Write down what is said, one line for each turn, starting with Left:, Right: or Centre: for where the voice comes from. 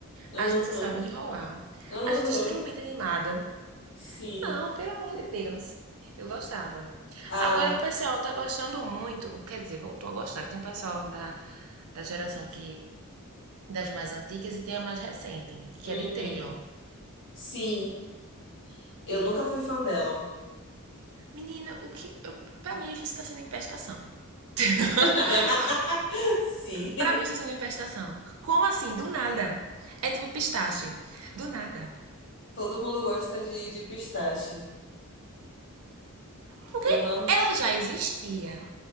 Left: Aham,
Right: a gente só sabe enrolar.
Left: aham,
Right: A gente é extremamente animado.
Left: sim.
Right: Não, pelo amor de Deus. Eu gostava.
Left: Ah,
Right: Agora o pessoal tá gostando muito, quer dizer, voltou a gostar. Tem um pessoal da, da geração que das mais antigas e tem a mais recente, que
Left: uhum.
Right: é de Taylor.
Left: Sim, eu nunca fui fã dela.
Right: Menina, o que. Eu, pra mim, isso tá sendo empestação. <laughs>
Left: <laughs> Sim,
Right: pra mim, isso tá sendo empestação. Como assim? Do nada. É tipo pistache. Do nada.
Left: todo mundo gosta de, de pistache.
Right: Porque
Left: Eu não.
Right: ela já existia.